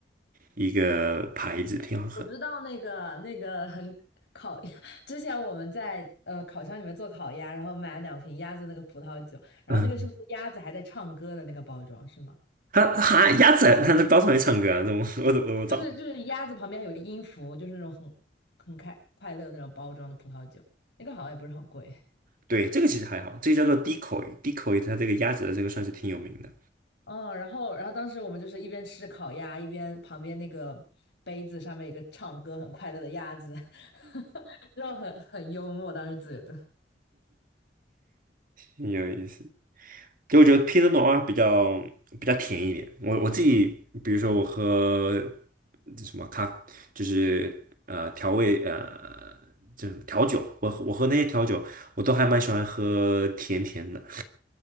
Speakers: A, on the right (about 50°); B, on the left (about 70°).
A: 一个牌子，挺好喝。
B: 我知道那个那个很烤鸭，<laughs> 之前我们在呃烤箱里面做烤鸭，然后买了两瓶鸭子那个葡萄酒，然后那个是不是鸭子还在唱歌的那个包装是吗？
A: 嗯，它它鸭子它在包场里唱歌啊，那我我我我找
B: 就是就是鸭子旁边还有个音符，就是那种很很开快乐那种包装的葡萄酒，那个好像也不是很贵。
A: 对，这个其实还好，这个叫做 Decoy，Decoy 它这个鸭子的这个算是挺有名的。
B: 嗯，然后然后当时我们就是一边吃烤鸭，一边旁边那个杯子上面有一个唱歌很快乐的鸭子，<laughs> 就很很幽默，当时觉得。
A: 挺有意思。就我觉得 Pinot Noir 比较比较甜一点。我我自己，比如说我喝这什么咖，就是呃调味呃，就是调酒，我我喝那些调酒，我都还蛮喜欢喝甜甜的。